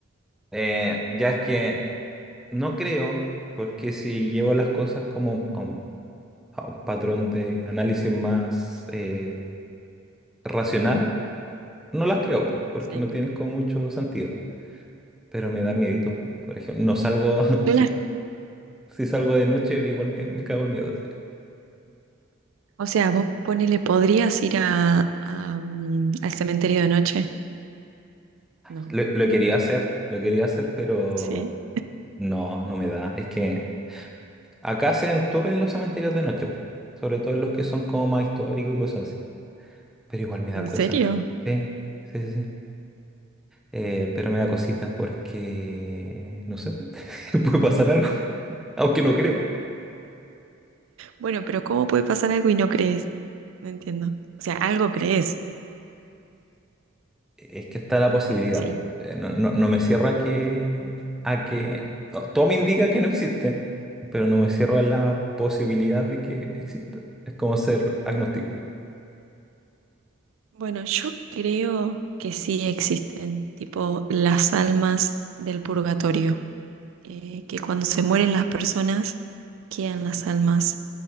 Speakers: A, in the centre; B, on the right.
A: eh, ya es que no creo, porque si llevo las cosas como a un, a un patrón de análisis más eh, racional, no las creo, pu, porque
B: Sí.
A: no tienen como mucho sentido. Pero me da miedito, pu. Por ejemplo, no salgo, <laughs>
B: Yo
A: si,
B: las,
A: si salgo de noche, igual me, me cago de miedo.
B: o sea, vos ponele, ¿podrías ir a, a, mm, al cementerio de noche? No.
A: Lo, lo quería hacer, lo quería hacer, pero
B: ¿Sí?
A: no, no me da. Es que Acá se tours en los cementerios de noche, po, sobre todo en los que son como más históricos y cosas así. Pero igual me da
B: ¿En
A: cosa.
B: serio?
A: Sí, sí, sí, sí. Eh, pero me da cosita porque, no sé, po, <laughs> puede pasar algo, aunque no creo.
B: Bueno, pero ¿cómo puede pasar algo y no crees? No entiendo. O sea, algo crees,
A: Es que está la posibilidad.
B: sí.
A: Eh, No, no- no me cierro a que, a que... no, todo me indica que no existe, pero no me cierro a la posibilidad de que exista. Es como ser agnóstico.
B: Bueno, yo creo que sí existen, tipo las almas del purgatorio, eh, que cuando se mueren las personas quedan las almas,